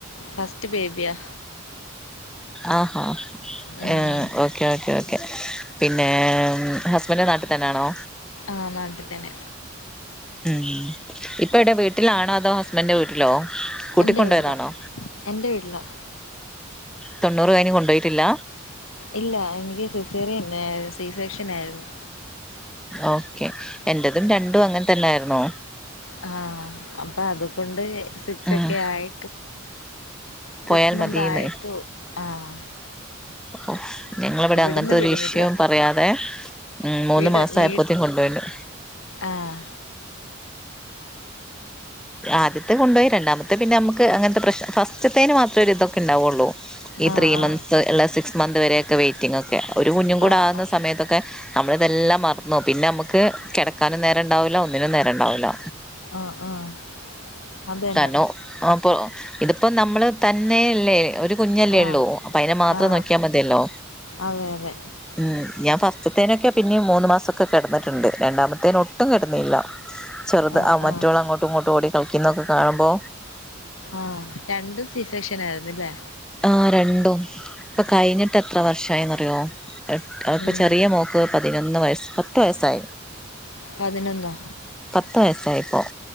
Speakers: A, on the left; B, in the centre.
A: ഫസ്റ്റ് ബേബിയാ
B: ആഹ്
A: ഉം
B: ഏഹ് ഓക്കെ ഓക്കെ ഓക്കെ പിന്നെ ഹസ്ബൻഡ് നാട്ടിൽ തന്നാണോ
A: ആഹ് നാട്ടി തന്നെ
B: ഉം ഇപ്പ ഇവിടെ വീട്ടിലാണോ അതോ ഹസ്ബൻന്റെ വീട്ടിലോ കൂട്ടിക്കൊണ്ടോയതാണോ
A: എൻ്റെ വീട്ടിലാ എൻ്റെ വീട്ടിലാ
B: തൊണ്ണൂറ് കഴിഞ്ഞ്കോണ്ടോയിട്ടില്ല
A: ഇല്ല എനിക്ക് സി സെറിയൻ സി സെക്ഷനായിരുന്നു
B: ഓക്കെ എന്റതും രണ്ടും അങ്ങൻ തന്നെ ആയിരുന്നു
A: ആഹ്അപ്പൊ അതുകൊണ്ട് സിക്സ്
B: ഉം
A: ഒക്കെ ആയി
B: പോയാൽ
A: സിക്സ് മന്ത്
B: മതിന്ന്
A: ആയിട്ടു ആഹ്
B: ഓ ഞങ്ങളിവിടെ
A: ഇവിടുന്ന്
B: അങ്ങന് ത്തൊരു
A: വിടുന്നില്ല
B: ഇഷ്യൂ പറയാതെ ഉം മൂന്ന്
A: വീട്
B: മാസം
A: വീട്ട്
B: ആയപ്പോത്തേക്കും കൊണ്ടുപോയിണ്ട്
A: ആഹ്
B: ആദ്യത്തെ കൊണ്ടോയി രണ്ടാമത്തെ പിന്നെ നമുക്ക് അങ്ങനത്തെ പ്രശ്നം ഫസ്റ്റത്തേന് മാത്രേ ഒര് ഇതൊക്കെ ഉണ്ടാവുള്ളൂ ഈ
A: ആഹ്
B: ത്രീ
A: ആഹ്
B: മന്ത്സ് അല്ല സിക്സ് മന്ത് വരെയൊക്കെ വെ്റ്റിംഗ്ഒക്കെ ഒരു കുഞ്ഞും കൂടെ
A: ആഹ്
B: ആകുന്ന സമയത്തൊക്കെ നമ്മള് ഇതെല്ലാം മറന്നു പിന്നെ നമ്മക്ക് കെടക്കാനും നേരണ്ടാവൂല ഒന്നിനും നേരണ്ടാവൂല
A: ആഹ് ആഹ് അതന്നെ
B: താനോ അപ്പോ ഇതിപ്പോ നമ്മള് തന്നേയല്ലേ ഒരു കുഞ്ഞല്ലേ
A: ആഹ്
B: ഉള്ളൂ അപ്പൊ അതിനെ മാത്രേ
A: ആഹ്
B: നോക്കിയാൽ മതിയല്ലോ
A: അതെ അതെ
B: ഉം ഞാൻ ഫസ്റ്റത്തേനൊക്കെ പിന്നിം മൂന്ന് മാസംക്കെ കെടന്നിട്ട്ണ്ട് രണ്ടാമത്തേന്ഒട്ടും കെടന്നില്ല ചെറുത്
A: ആഹ്
B: ആ മറ്റോള്ള്
A: ആഹ്
B: അങ്ങോട്ടും ഇങ്ങോട്ടും ഓടി കളിക്കുന്നതൊക്കെ കാണുമ്പോ
A: ആഹ് രണ്ടും സി സെക്ഷൻ ആയിരുന്നില്ലേ
B: ആഹ് രണ്ടും ഇപ്പൊ കഴിഞ്ഞിട്ട് എത്ര വർഷയിന്നറിയോ അപ്പോ
A: ഉം
B: ചെറിയ മോക്ക് പതിനൊന്ന് വയസ്സ് പത്ത് വയസ്സായി
A: പതിനൊന്നോ
B: പത്ത് വയസ്സായിപ്പോൾ